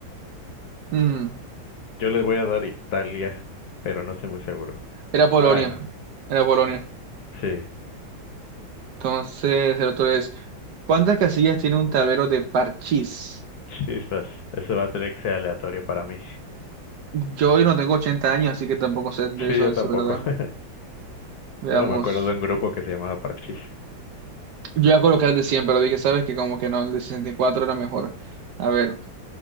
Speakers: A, on the right; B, on the left.
A: Mm,
B: yo le voy a dar Italia, pero no estoy muy seguro.
A: era Polonia.
B: Ah, no.
A: Era Polonia.
B: Sí.
A: Entonces, el otro es, ¿cuántas casillas tiene un tablero de parchís?
B: Chispas, eso va a tener que ser aleatorio para mí.
A: Yo hoy no tengo 80 años, así que tampoco sé de
B: Sí,
A: eso,
B: yo
A: es
B: tampoco.
A: verdad.
B: <laughs>
A: Veamos.
B: Solo me acuerdo de un grupo que se llamaba Parchís.
A: Yo voy a colocar el de 100, pero dije, ¿sabes que Como que no, el de 64 era mejor. A ver,